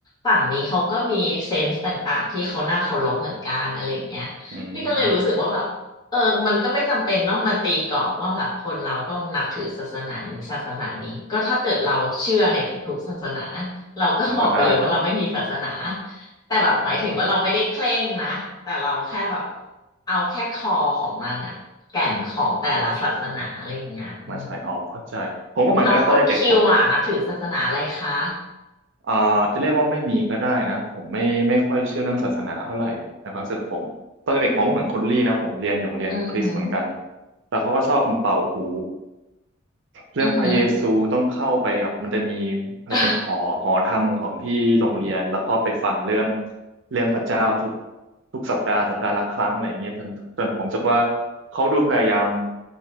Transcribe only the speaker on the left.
ฝั่งนี้เขาก็มีเซนส์ต่างๆที่เขาน่าเคารพเหมือนกันอะไรอย่างเงี้ย
ลี่ก็เลยรู้สึกว่าแบบ เออมันก็ไม่จำเป็นต้องมาตีกรอบว่าแบบคนเราต้องนับถือศาสนานี้ศาสนานี้ก็ถ้าเกิดเราเชื่อในทุกๆศาสนาเราก็บอกไปเลยว่าเราไม่มีศาสนา
แต่แบบหมายถึงว่าเราไม่ได้เคร่งนะแต่เราแค่แบบ
เอาแค่คอของมันอะแก่นของแต่ละศาสนาอะไรอย่างเงี้ยอืม
แล้วคุณคิวอะนับถือศาสนาอะไรคะ
อือหือ
อือหือ <laughs>